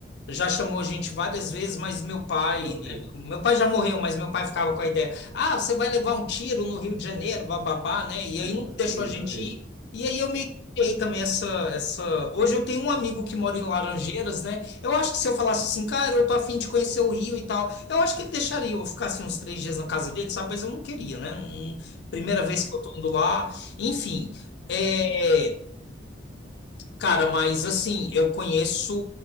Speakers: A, on the left; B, on the right.
A: já chamou a gente várias vezes, mas meu pai,
B: Não vê.
A: né? Meu pai já morreu, mas meu pai ficava com a ideia: ah, você vai levar um tiro no Rio de Janeiro, bababá, né? E aí
B: Ah,
A: não
B: Nada a
A: deixou
B: ver,
A: a gente
B: nada a ver.
A: ir. E aí eu meio que criei também essa, essa. Hoje eu tenho um amigo que mora em Laranjeiras, né? Eu acho que se eu falasse assim, cara, eu tô afim de conhecer o Rio e tal, eu acho que ele deixaria eu ficar assim uns três dias na casa dele, sabe? Mas eu não queria, né? Hum, Primeira vez que eu tô indo lá. Enfim, é, cara, mas assim, eu conheço